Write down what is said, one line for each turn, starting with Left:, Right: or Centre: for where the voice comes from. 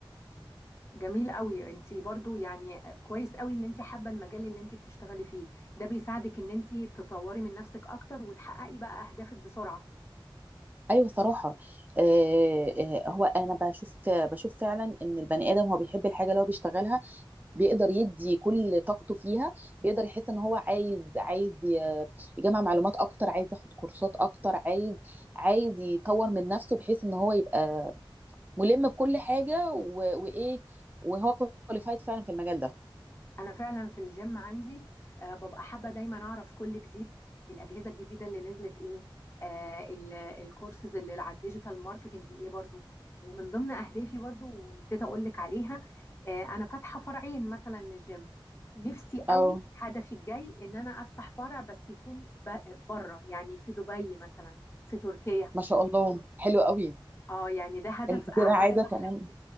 Left: جميل قوي انت برضو يعني كويس قوي ان انت حابه المجال اللي انت بتشتغلي فيه ده بيساعدك ان انت تطوري من نفسك اكتر وتحققي بقى اهدافك بسرعه
Right: ايوه صراحه آه، آه، هو انا بشوف بشوف فعلا ان البني ادم هو بيحب الحاجه اللي هو بيشتغلها بيقدر يدي كل طاقته فيها بيقدر يحس ان هو عايز عايز ي- يجمع معلومات اكتر عايز ياخد كورسات اكتر عايز عايز يطور من نفسه بحيث ان هو يبقى ملم بكل حاجه و- وايه وهو كواليفايد فعلا في المجال ده
Left: انا فعلا في الجيم عندي آه، ببقى حابه دايما اعرف كل جديد الاجهزه الجديده اللي نزلت ايه آه، ال- الكورسز اللي على الديجيتال ماركتنج ايه برضو ومن ضمن اهدافي برضو ونسيت اقول لك عليها آه، انا فاتحه فرعين مثلا للجيم نفسي
Right: اه
Left: قوي هدفي الجاي ان انا افتح فرع بس يكون بره يعني في دبي مثلا في تركيا
Right: ما شاء الله حلو قوي
Left: اه يعني ده هدف
Right: انت
Left: عماله
Right: كده عايزه
Left: بحلم
Right: كمان